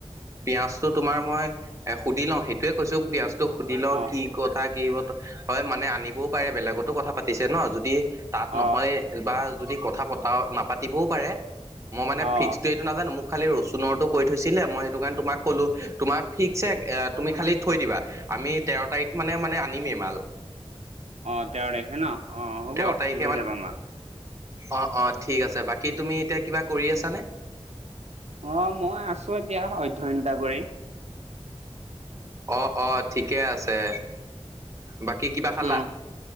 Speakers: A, on the right; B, on the right.
A: পিয়াজটো তোমাৰ মই, এ সুধি লওঁ সেইটোৱে কৈছোঁ পিয়াজটো সুধি লওঁ
B: অ
A: কি কথা কি <unintelligible> হয় মানে আনিবও পাৰে বেলেগতো কথা পাতিছে ন' যদি তাত নহয়,
B: অ
A: বা যদি কথা পতা নাপাতিবও পাৰে, মই মানে
B: অ
A: ফিক্সটোয়ে টো নাজানো মোক খালি ৰচুনৰটোৰ কৈ থৈছিলে, মই সেইটো কাৰণে তোমাক ক'লো, তোমাক ফিক্সছে এ তুমি খালি থৈ দিবা, আমি তেৰ' তাৰিখ মানে মানে আনিমে। মাল।
B: অ', তেওৰ দেখে ন' অ, হ'ব
A: তেৰ তাৰিখে
B: লৈ
A: মান
B: যাবা আমাক।
A: অ', অ, ঠিক আছে বাকী তুমি এতিয়া কিবা কৰি আছানে?
B: অ', মই আছো এতিয়া অধ্যয়ন এটা কৰি।
A: অ' অ', ঠিকেই আছে। বাকী কিবা খালা?
B: অ',